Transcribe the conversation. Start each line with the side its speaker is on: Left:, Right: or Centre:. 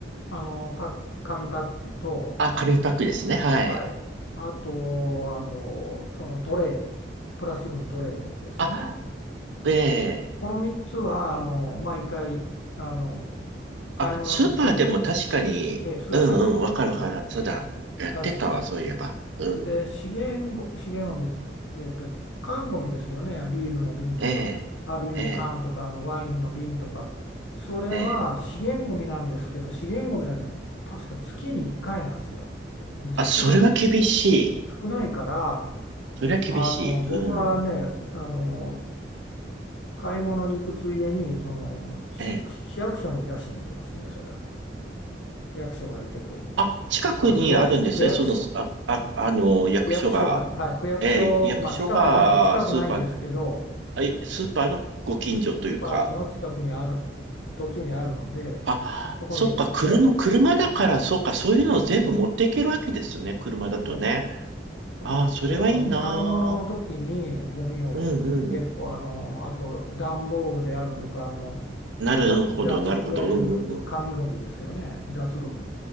Left: あの、パック、紙パックと、
Right: あ、紙パックですね。はい。
Left: はい、あと、あの、そのトレー、プラスチックのトレーですよね。
Right: あ、ええ。
Left: この3つは、あの、毎回、あの、買い物に行くときに、
Right: あ、スーパーでも確かに、
Left: えスーパーに、
Right: うんうん、わかるわかる。
Left: はい、
Right: そうだ。やってたわ、
Left: 出す
Right: そういえば。うん。
Left: で、資源ご、資源ゴミ、えっと、缶ゴミですよね、ビールの瓶とか、
Right: ええ。
Left: あ、ビールの缶とか、
Right: ええ。
Left: あのワインの瓶とか、それは資源ゴミなんですけど、
Right: ええ。
Left: 資源ゴミはね、確か月に1回なんですよ。で、少ない、
Right: あ、それは厳しい。
Left: 少ないから、
Right: それは厳しい。
Left: あの僕はね、
Right: うん。
Left: あの買い物に行くついでに、その市、
Right: ええ。
Left: 市役所に出しに行きますね、それは。市役所が空いてる時に。
Right: あ、近くにあるんですね。
Left: あ、区役所、区役所。
Right: その、あ、あ、あの、役所が。
Left: 区役所が、はい、区役所、
Right: ええ、役所が、
Left: まあ、近くない、近くないんですけど、
Right: スーパー、え、スーパーのご近所というか、
Left: スーパーの近くにある、途中にあるので、
Right: あ、
Left: そこに寄って、
Right: そっか、車、車だから、そっか、そういうのを全部持っていけるわけですね、車だとね。
Left: ええそうです。
Right: ああ、それはいいな
Left: だからあの買い物の時にゴミを結構、
Right: あ。うんうん。
Left: あの、あと段ボールであるとか、あの、
Right: なるほど、
Left: ざ雑、
Right: なるほど。
Left: いわゆる紙ゴミですよね、
Right: うんうんうん。
Left: 雑ゴミ。